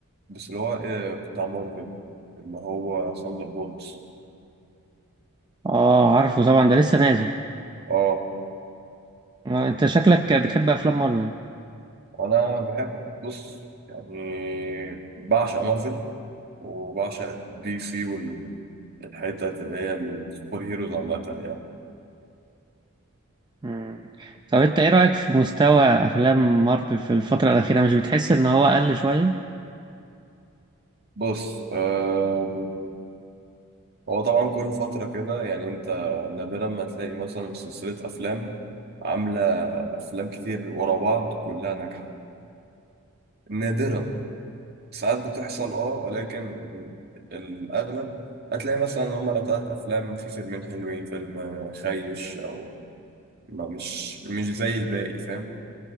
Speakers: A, on the right (about 45°); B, on the right (about 20°).
A: بس اللي هو إيه بتاع مارفل اللي هو ثاندر بولتس
B: اه عارفه طبعا ده لسه نازل
A: اه
B: آه، انت شكلك بتحب افلام مارفل
A: وأنا بحب بص يعني بعشق مارفل وبعشق دي سي والحتت اللي هي السوبر هيروز عامة يعني
B: مم. طب انت ايه رأيك في مستوى افلام مارفل في الفترة الاخيرة مش بتحس ان هو اقل شوية
A: بص آم، هو طبعا كل فترة كده يعني أنت نادرا ما تلاقي مثلا سلسلة أفلام عاملة أفلام كتير ورا بعض كلها ناجحة نادرا ساعات بتحصل اه ولكن الأغلب هتلاقي مثلا إن هما لو تلات أفلام في فيلمين حلوين فيلم آه، خيش أو ما مش مش زي الباقي فاهم